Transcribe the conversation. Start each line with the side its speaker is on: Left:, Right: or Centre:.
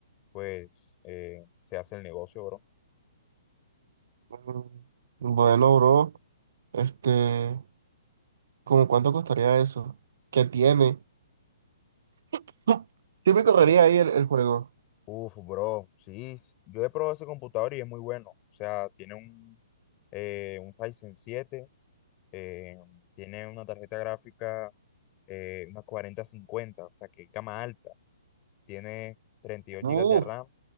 Left: pues eh, se hace el negocio, bro.
Right: Mm, Bueno, bro, este, ¿cómo cuánto costaría eso? ¿Qué tiene? <laughs> Sí me correría
Left: Bueno,
Right: ahí el, el juego.
Left: uf, bro, sí, s- yo he probado ese computador y es muy bueno. O sea, tiene un, eh, un Ryzen siete eh, tiene una tarjeta gráfica, eh, una cuarenta cincuenta o sea, que es gama alta. tiene 32 gigas
Right: Uf,
Left: de RAM